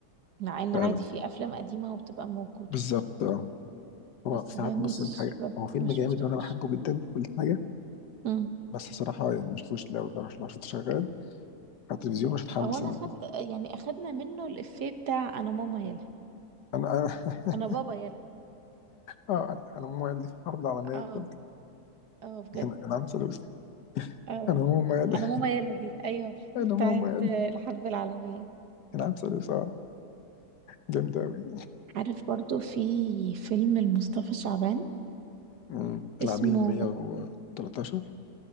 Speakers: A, on the right (about 70°); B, on the left (about 75°).
A: مع ان
B: فعلا
A: عادي في افلام قديمة وبتبقى موجودة
B: بالظبط اه هو
A: بس
B: ساعات
A: ده
B: بص
A: مش
B: لك حاجه
A: ببقى
B: هو فيلم
A: ما شفتوش
B: جامد وانا بحبه جدا كل حاجه
A: مم.
B: بس صراحه يعني ما شفتوش لو لو لو شفته شغال على التلفزيون مش هتحمس
A: او انا
B: ان
A: اخدت
B: أنا-
A: يعني اخدنا منه الافيه بتاع انا ماما يلا
B: انا <laughs> انا
A: انا بابا يلا
B: اه انا انا ماما قال لي في الحرب العالميه
A: اه
B: الثالثه
A: اه بجد
B: <laughs> انا أنا عم سلوش
A: اه
B: انا ماما قال
A: انا ماما يلا دي ايوه
B: انا
A: بتاعت
B: ماما
A: الحرب العالمية
B: العام ثالث اه جامد أوي <laughs>
A: عارف برضو في فيلم لمصطفى شعبان
B: أمم،
A: اسمه
B: العميل 113